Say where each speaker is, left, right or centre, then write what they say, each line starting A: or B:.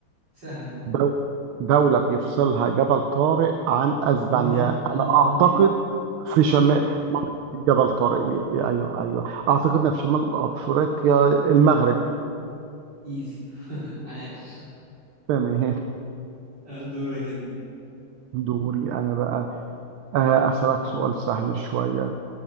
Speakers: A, on the right (about 55°); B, on the right (about 85°).
A: سهلة دي
B: دو- دولة بيفصلها جبل طارق عن أسبانيا
A: مضيق اه
B: أنا
A: مضيق
B: أعتقد في
A: مضيق
B: شمال
A: جبل طارق
B: جبل طارق أيوه أيوه أعتقد إنها في شمال أفريقيا المغرب
A: ايزي <laughs> عاش
B: تمام إيه
A: آه دورك انت
B: دوري أنا بقى آه، أسألك سؤال سهل شوية